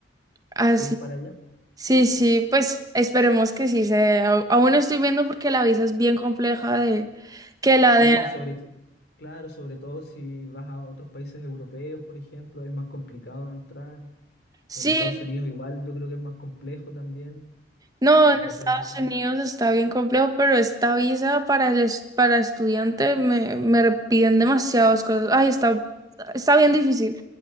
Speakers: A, on the right (about 20°); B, on the left (about 60°).
A: Así.
B: que ir para allá.
A: Sí, sí, pues esperemos que sí se... dé. Au- Aún estoy viendo porque la visa es bien compleja de que la
B: Sí,
A: den.
B: sobre todo, claro, sobre todo si vas a otros países europeos, por ejemplo, es más complicado entrar.
A: Sí,
B: En Estados Unidos igual yo creo que es más complejo también
A: No,
B: eh,
A: en
B: tratar
A: Estados
B: de ser.
A: Unidos está bien complejo, pero esta visa para el es- para estudiante me, me piden demasiadas cosas. Ay, está, está bien difícil.